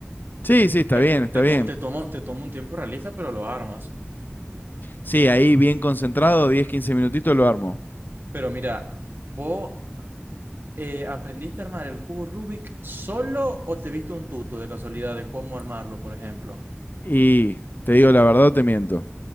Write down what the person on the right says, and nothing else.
Te,
te,
to- te tomo, te tomo un tiempo realista, pero lo armas.
Pero mira, ¿vos eh, aprendiste a armar el cubo Rubik solo o te viste un tuto de casualidad de cómo armarlo, por ejemplo?